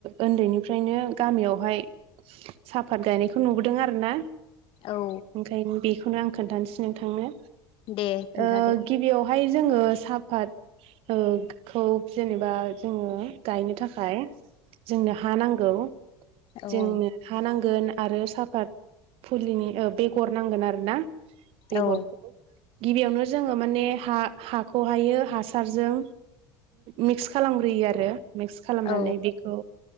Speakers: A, on the right; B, on the left.
A: ओन्दैनिफ्रायनो गामियावहाय साफात गायनायखौ नुबोदों आरोना
B: औ
A: ओंखायनो बेखौनो आं खोन्थानोसै नोंथांनो।
B: दे खोन्थादो
A: ओ गिबियावहाय जोङो साफात ओ खौ जेनेबा जोङो गायनो थाखाय जोंनो हा नांगौ
B: औ
A: जोंनो हा नांगोन। आरो साफात फुलिनि ओ बेगर नांगोन आरोना बेगरखौ
B: औ
A: गिबियावनो जोङो माने हा हाखौहायो हासारजों मिक्स खालामग्रोयो आरो। मिक्स खालामनानै
B: औ
A: बेखौ